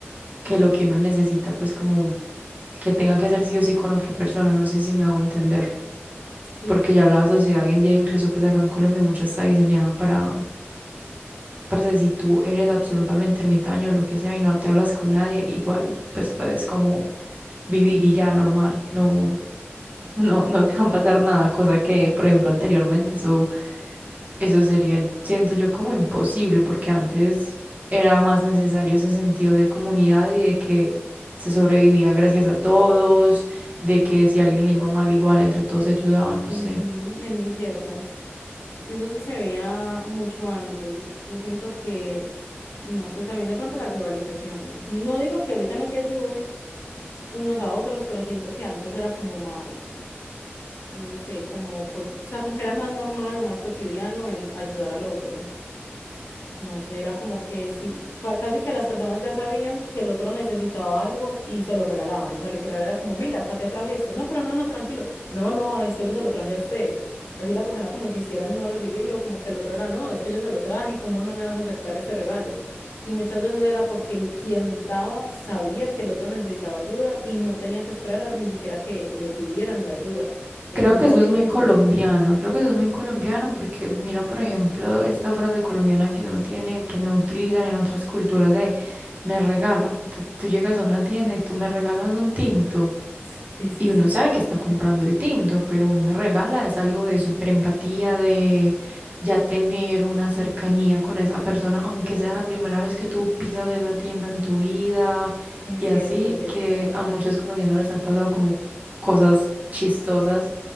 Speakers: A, on the right; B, on the left.
A: que lo que uno necesita, pues como que tenga que hacer sí o sí con otra persona, no sé si me hago entender.
B: Sí,
A: Porque
B: sí,
A: ya
B: es
A: la
B: cierto.
A: sociedad hoy en día, incluso pues acá en Colombia, mucho está diseñada para Parce, si tú eres absolutamente ermitaño o lo que sea y no te hablas con nadie, igual pues puedes como vivir y ya normal, no, <laughs> no, no te va a pasar nada, cosa que, por ejemplo, anteriormente eso, eso sería, siento yo, como imposible, porque antes era más necesario ese sentido de comunidad y de que se sobrevivía gracias a todos, de que si a alguien le iba mal, igual entre todos se ayudaban, no
B: Ujú,
A: sé.
B: es muy cierto. Eso sí se veía mucho antes. Yo siento que, no sé, también de pronto la globalización. No digo que ahorita no se ayuden unos a otros, pero siento que antes era como más, no sé, como, co- o sea, como que era más normal o más cotidiano el ayudar al otro. No sé, era como que sí, ca- casi que las personas ya sabían que el otro necesitaba algo y se lo regalaban. O sea, literal era como, mira, acá te traje esto. No, pero no, no, tranquilo. No, no, es que yo se lo traje a usted. Así la persona como insistiera en no recibirlo, como que el otro era, no, es que yo se lo traje, ¿cómo no me vas a aceptar este regalo? Y muchas veces era porque el, quien daba sabía que el otro necesitaba ayuda y no tenía que esperar a- ni siquiera que le pidieran la ayuda. Él
A: Creo
B: mismo
A: que eso
B: iba
A: es muy
B: y...
A: colombiano, creo que eso es muy colombiano porque mira, por ejemplo, esta frase colombiana que uno tiene, que no utilizan en otras culturas de me regala. Tú, tú llegas a una tienda y tú me regalas un tinto.
B: <laughs> Sí, sí,
A: Y
B: sí.
A: uno sabe que está
B: <laughs>
A: comprando el tinto, pero un me regala es algo de súper empatía, de ya tener una cercanía con esa persona, aunque sea la primera vez que tú pisas esa tienda en tu vida.
B: Es
A: Y así
B: cierto, es cierto.
A: que a muchos colombianos les ha pasado como cosas chistosas,